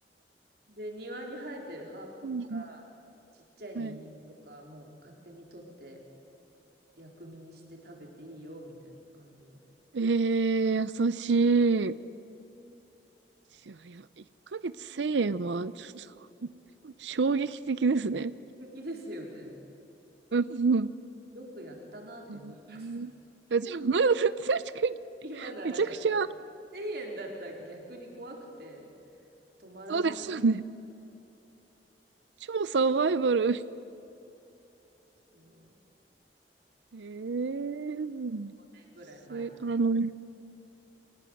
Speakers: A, on the right (about 60°); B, on the right (about 85°).
A: で、庭に生えてるハーブとか、
B: うん
A: ちっちゃいニンニクとか、
B: はい
A: もう勝手に取って薬味にして食べていいよみたいな感じで。
B: えー、優しい。いやいや、1ヶ月千円は、ちょっと、衝撃的ですね。
A: 素敵ですよね。
B: うん。
A: よくやったなと思います。
B: うんえじゃあ、うん確か
A: 今ならちょっと、
B: に、めちゃくちゃ、
A: 1000円だったら逆に怖くて、止まらない。
B: そうですよね。超サバイバル。
A: そう、
B: ええー、
A: 年ぐらい前です。
B: それ、あの、